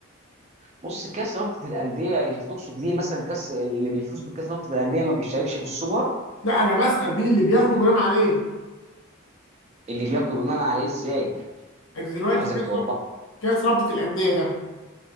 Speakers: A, on the right; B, on the left.
A: بص كاس رابطة الأندية انت تقصد ليه مثلا كاس اللي بيفوز بكاس رابطة الأندية ما بيشاركش في السوبر
B: لا انا بسال مين اللي بياخده بناء على ايه
A: اللي بياخده بناء عليه ازاي
B: انت دلوقتي
A: انا عايزك
B: كاس
A: توضح
B: رابطه كاس رابطه الانديه ده